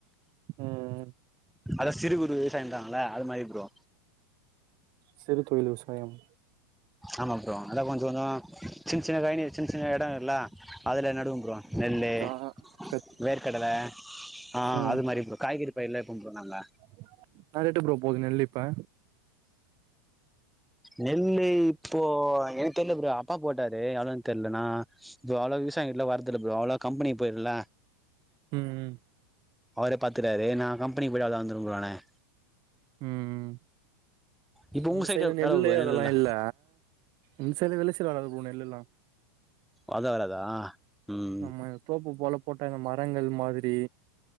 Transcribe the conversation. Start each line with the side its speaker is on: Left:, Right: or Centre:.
Right: ம்
Centre: அத சிறு குறு விவசாய இருக்காங்க இல்ல அது மாரி ப்ரோ
Right: சிரு தொழில் விவசாயம்
Centre: ஆமா ப்ரோ அதா கொஞ்ஜோ கொஞ்ஜோ சின்ன சின்ன கழினி சின்ன சின்ன எடோ இருக்குல்லா அதுல நடுவ ப்ரோ நெல்லு
Right: ஆ ஆ
Centre: வேர்க்கடல ஆ
Right: ம்
Centre: அது மாரி ப்ரோ காய்கறி பயிலா வெப்போ ப்ரோ நாங்க
Right: என்னா ரேட்டு ப்ரோ போது நெல்லிப்ப
Centre: நெல்லு இப்போ எனக்கு தெர்ல ப்ரொ அப்பா போட்டாரு அதா தெரில நா இப்ப அவ்ளவ் விவசாயி கிட்டல்லா வர்ரதில்ல ப்ரொ அவ்ளோ கம்பனி போயிருல்ல
Right: ம் உம்
Centre: அவரே பாத்துக்குராரு நா கம்பெனி பொய்ட்டாதா வந்துருவெ ப்ரொ நானு
Right: உம்
Centre: இப்போ உங்க
Right: ம்
Centre: சைடு
Right: செரி
Centre: எவ்ளோ
Right: நெல்லு ல்லு
Centre: நெல்லுலா
Right: அதெல்லா இல்ல இன்சைட்டு விலைச்சல் வராது ப்ரோ நெல் எல்லா
Centre: அது வராதா உம்
Right: நம்ம தோப்பு போல போட்டாங்க மரங்கள் மாத்ரி